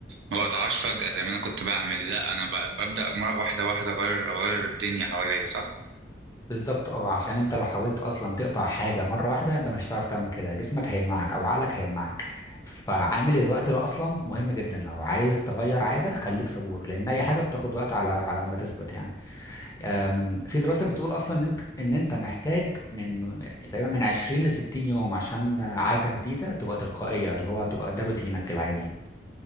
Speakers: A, on the right; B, on the left.
A: ما بقطعهاش فجاه زي ما انا كنت بعمل لا انا ب- ببدا مرة- واحده واحده اغير اغير الدنيا حواليا صح
B: بالظبط اه عشان انت لو حاولت اصلا تقطع حاجه مره واحده انت مش هتعرف تعمل كده جسمك هيمنعك او عقلك هيمنعك فعامل الوقت ده اصلا مهم جدا لو عايز تغير عاده خليك صبور لان اي حاجه بتاخد وقت على على ما تثبت يعني أم، في دراسه بتقول اصلا ان انت ان انت محتاج من تقريبا من 20 ل 60 يوم عشان عاده جديده تبقى تلقائيه اللي هو تبقى ده روتينك العادي